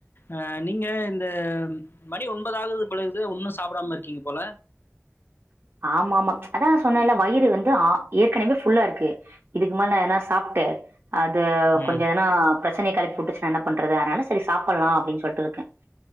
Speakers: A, on the left (about 50°); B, on the right (about 50°).
A: அ நீங்க இந்த மணி ஒன்பதாகுது அப்பலருந்து உன்னு சாப்டாம இருக்கீங்க போல
B: ஆமாமா அதா சொன்னேல வயிறு வந்து ஆ ஏற்கனவே ஃபுல்லா இருக்கு இதுக்கு மேல் நா எனா சாப்ட்டு அது
A: ம்,
B: கொஞ்ச ஏனா ப்ரச்சனய கெளப்பி வுட்டுச்சுன்னா என்ன பண்றது அதனால சரி சாப்பலா அப்டின் சொல்ட்டுருக்கே